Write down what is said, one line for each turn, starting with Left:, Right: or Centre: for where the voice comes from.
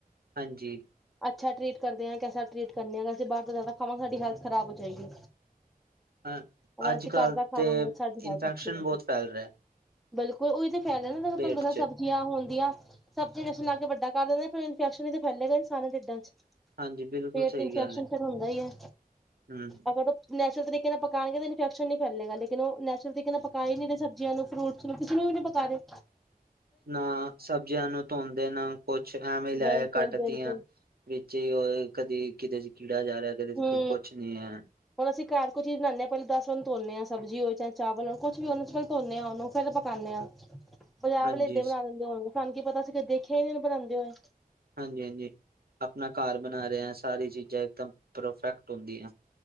Right: ਹਾਂਜੀ।
Centre: ਅੱਛਾ ਟ੍ਰੀਟ ਕਰਦੇ ਆ, ਕੈਸਾ ਟ੍ਰੀਟ ਕਰਨੇ ਆ, ਵੈਸੇ ਬਾਹਰ ਤੋਂ ਜ਼ਿਆਦਾ ਖਾਵਾ ਸਾਡੀ ਹੈਲਥ ਖਰਾਬ ਹੋ ਜਾਏਗੀ।
Right: ਹਾਂ
Centre: ਅਗਰ
Right: ਅੱਜ
Centre: ਅਸੀਂ
Right: ਕੱਲ੍ਹ
Centre: ਘਰ ਦਾ ਖਾਵਾਂਗੇ
Right: ਤੇ
Centre: ਸਾਡੀ
Right: ਇਨਫੈਕਸ਼ਨ
Centre: ਹੈਲਥ ਅੱਛੀ ਰਹੇਗੀ।
Right: <unintelligible>
Centre: ਬਿਲਕੁਲ, ਉਹੀ ਤਾ ਕਹਿ ਰਹੇਂ ਨਾ
Right: ਪੇਟ
Centre: ਪੰਦਰਾਂ
Right: ਚ
Centre: ਸਬਦ। ਸਬਜ਼ੀਆਂ ਹੁੰਦੀਆਂ, ਸਬਜ਼ੀ ਇੰਡੈਸ਼ਨ ਲਾ ਕੇ ਵੱਡਾ ਕਰ ਦਿੰਦਾ ਨੇ, ਫਿਰ ਇਨਫੈਕਸ਼ਨ ਈ ਤੇ ਫੈਲੇਗਾ ਇਨਸਾਨ ਦੇ ਢਿੱਡਾਂ 'ਚ'।
Right: ਹਾਂਜੀ ਬਿਲਕੁਲ
Centre: ਪੇਟ
Right: ਸਹੀ
Centre: ਦੀ ਇਨਫੈਕਸ਼ਨ
Right: ਗੱਲ ਹੈ
Centre: ਫਿਰ ਹੁੰਦਾ ਈ ਏ।
Right: ਹਮ
Centre: ਅਗਰ ਨੈਚਰ ਤਰੀਕੇ ਨਾਲ ਪਕਾਉਣਗੇ ਤਾਂ ਇਨਫੈਕਸ਼ਨ ਨਹੀਂ ਫੈਲੇਗਾ, ਲੇਕਿਨ ਨੈਚਰ ਤਰੀਕੇ ਨਾਲ ਪਕਾਏ ਨਹੀਂ ਜ ਸਬਜੀਆਂ ਨੂੰ, ਫਰੂਟਸ ਨੂੰ, ਕਿਸੇ ਨੂੰ ਨਹੀਂ ਪਕਾ ਰਹੇਂ।
Right: ਨਾ ਸਬਜ਼ੀਆਂ ਨੂੰ ਧੋਂਦੇ ਨਾ ਕੁਛ ਐਵੇ ਲੈ
Centre: ਬਿਲਕੁਲ
Right: ਕੱਟਤੀਆਂ।
Centre: ਬਿਲਕੁਲ
Right: ਵਿੱਚ ਹੀ ਉਹ ਕਦੇ ਕਿਸੇ ਚ ਕੀੜਾ ਜਾ ਰਿਹਾ, ਕਿਦੇ ਚ
Centre: ਹੂੰ
Right: ਕੁਛ ਨਹੀਂ ਹੈ।
Centre: ਹੁਣ ਅਸੀਂ ਘਰ ਕੁੰਝ ਵੀ ਬਣਾਨੇਆਂ, ਪਹਿਲਾਂ ਦਸ ਬਾਰ ਧੋਨੇਆਂ ਸਬਜ਼ੀ ਹੋਏ ਚਾਵਲ ਹੋਣ ਕੁਛ ਵੀ ਹੋਣ। ਧੋਨੇ ਹਾਂ ਉਹਨੂੰ ਫੇਰ ਪਕਾਨੇ ਆਂ, ਬਜਾਰ
Right: ਹਾਂਜੀ
Centre: ਵਾਲੇ ਇਦਾ ਬਣਾ ਦਿੰਦੇ ਹੋਣਗੇ। ਸਾਨੂੰ ਕੀ ਪਤਾ ਅਸੀਂ ਕਦੇ ਦੇਖਿਆ ਹੀ ਨੀ ਬਣਾਉਂਦੇ ਹੋਏ।
Right: ਹਾਂਜੀ- ਹਾਂਜੀ ਆਪਣਾ ਘਰ ਬਣਾ ਰਹੇ ਆ, ਸਾਰੀ ਚੀਜ਼ਾਂ ਇਕਦਮ ਪਰਫੈਕਟ ਹੁੰਦੀਆਂ।